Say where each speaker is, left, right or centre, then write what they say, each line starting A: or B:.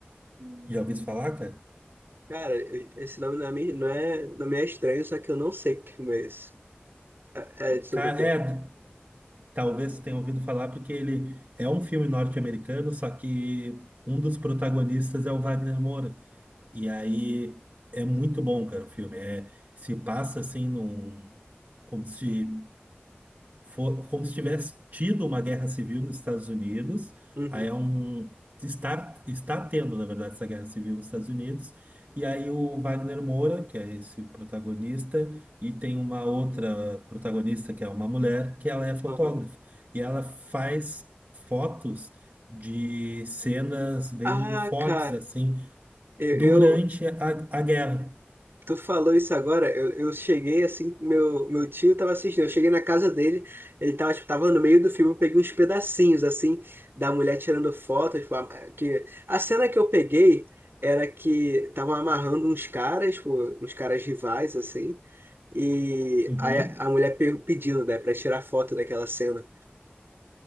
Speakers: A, on the right (about 65°); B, on the right (about 50°).
A: Uhum.
B: Já ouviu falar, cara?
A: Cara, eu- esse nome não é, me- não é, não me é estranho, só que eu não sei que filme é esse. É, é sobre
B: Cara,
A: o quê?
B: é, talvez você tenha ouvido falar, porque ele é um filme norte-americano, só que um dos protagonistas é o Wagner Moura. E aí é muito bom, cara, o filme. É, se passa assim num, como se for, como se tivesse tido uma guerra civil nos Estados Unidos.
A: Uhum.
B: Aí é um está está tendo, na verdade, essa guerra civil nos Estados Unidos. E aí o Wagner Moura, que é esse protagonista, e tem uma outra protagonista que é uma mulher, que ela é fotógrafa.
A: Aham.
B: E ela faz fotos de cenas bem
A: Ah,
B: fortes
A: cara,
B: assim
A: eu,
B: durante
A: eu-
B: a, a guerra.
A: Tu falou isso agora, eu, eu cheguei assim, meu, meu tio tava assistindo, eu cheguei na casa dele, ele tava, tipo, tava no meio do filme, eu peguei uns pedacinhos, assim, da mulher tirando foto, tipo, a, que... A cena que eu peguei era que estavam amarrando uns caras, tipo, uns caras rivais, assim, E
B: Uhum.
A: aí a a mulher pe- pedindo, né, pra tirar foto daquela cena.